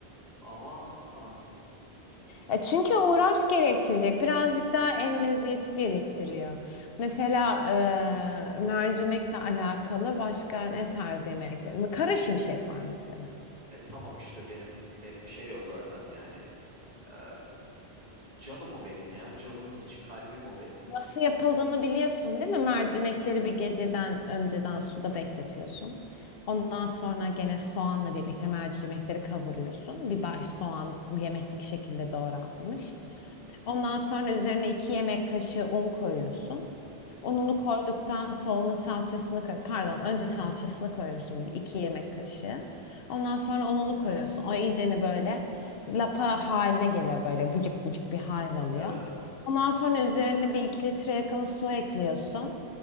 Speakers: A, on the right; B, on the left.
A: ama aa,
B: E çünkü uğraş gerektirecek birazcık daha el meziyeti gerektiriyor. Mesela e, mercimekle alakalı başka ne tarz yemekler? Kara şimşek var mesela.
A: e tamam işte benim benim şey o zaten yani. Ee, canım o benim ya. Canımın içi, kalbim o benim.
B: Nasıl yapıldığını biliyorsun değil mi? Mercimekleri bir geceden önceden suda bekletiyorsun. Ondan sonra gene soğanla birlikte mercimekleri kavuruyorsun. Bir baş soğan yemeklik şekilde doğranmış.
A: Hı hı.
B: Ondan sonra üzerine iki yemek kaşığı un koyuyorsun.
A: Hı hı.
B: Ununu koyduktan sonra onun salçasını koy- pardon önce salçasını koyuyorsun iki yemek kaşığı. Ondan sonra ununu koyuyorsun. O iyiceni böyle lapa haline geliyor böyle vıcık vıcık bir hal alıyor.
A: Evet.
B: Ondan sonra üzerine bir 2 litre yakın su ekliyorsun.